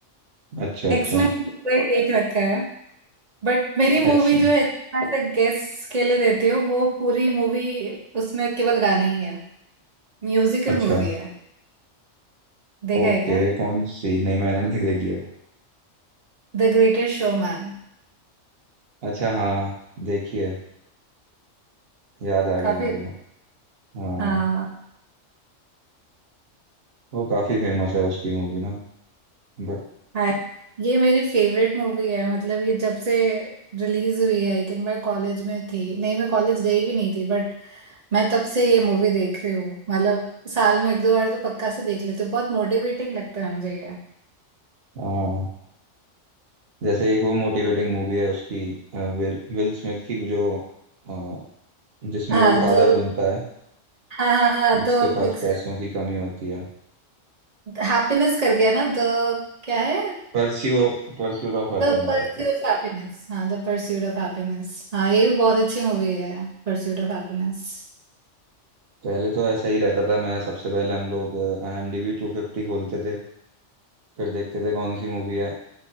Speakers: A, on the right (about 55°); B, on the right (about 35°).
A: अच्छा अच्छा
B: एक्समैन पूरा ही देख रखा है बट मेरी मूवी
A: एक्शन
B: जो है ऐसे गेस के लिए देती हो वो पूरी मूवी उसमें केवल गाने ही है म्यूजिकल
A: अच्छा
B: मूवी है देखा
A: ओके
B: है क्या
A: कौन सी नहीं मैंने नहीं देखी है वो
B: The greatest showman
A: अच्छा हाँ देखी है याद आ
B: काफी
A: गया मुझे वो। हाँ
B: हाँ
A: वो काफी फेमस है उसकी मूवी ना बट
B: हाँ ये मेरी फेवरेट मूवी है मतलब ये जब से रिलीज हुई है आई थिंक मैं कॉलेज में थी नहीं मैं कॉलेज गई भी नहीं थी बट मैं तब से ये मूवी देख रही हूँ मतलब साल में एक दो बार तो पक्का से देख लेती हूँ बहुत मोटिवेटिंग लगता है मुझे ये
A: हाँ जैसे एक वो मोटिवेटिंग मूवी है उसकी विल विल स्मिथ की जो अ, जिसमें
B: हाँ
A: वो फादर
B: तो
A: बनता है
B: हाँ हाँ हाँ
A: जिसके
B: तो
A: पास
B: एक
A: पैसों की कमी होती है
B: हैप्पीनेस कर गया ना द क्या है
A: परस्यू परस्यूट ऑफ हैप्पीनेस
B: द परस्यूट
A: होता है
B: ऑफ हैप्पीनेस हाँ द परस्यूट ऑफ हैप्पीनेस हाँ ये भी बहुत अच्छी मूवी है परस्यूट ऑफ हैप्पीनेस
A: पहले तो ऐसा ही रहता था मैं सबसे पहले हम लोग आईएमडीबी 250 खोलते थे फिर देखते थे कौन सी मूवी है